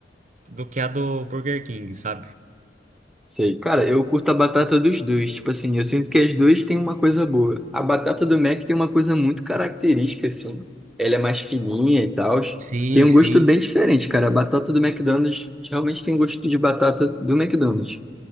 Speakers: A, on the right; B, in the centre.
A: do que a do Burger King, sabe?
B: Sei. Cara, eu curto a batata dos dois. Tipo assim, eu sinto que as duas têm uma coisa boa. A batata do Mac tem uma coisa muito característica, assim. Ela é mais fininha e tal.
A: Sim,
B: Tem um
A: sim.
B: gosto bem diferente, cara. A batata do McDonald's realmente tem gosto de batata do McDonald's.